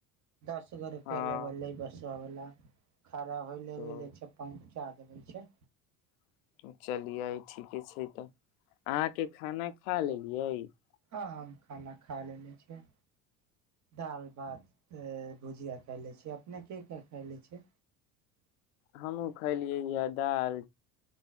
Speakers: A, on the right; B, on the left.
A: दस गो रुपआ
B: हँ
A: लेब लै बस आबल ला खड़ा होई ला-ला
B: ओ
A: छै पाँच चार लगै छै
B: <unintelligible>
A: हँ हम खाना खा लेने छी। दाल भात छय भुजिया खाइ लै छै अपने की खाइल लै छै
B: हमहहुँ खैलियै य दाल